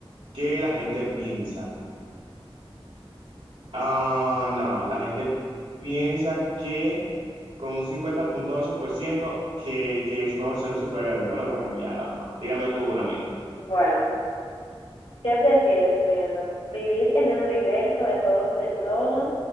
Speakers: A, on the right (about 75°); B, on the left (about 80°).
A: qué la gente piensa. Ah, no, la gente piensa que con un cincuenta punto ocho por ciento que, que es mejor ser un superhéroe. Pero bueno, ya normal. Tírame tú una, amiga.
B: Bueno. ¿Qué prefieres, Pedro? ¿Vivir en el universo de Juegos de Tronos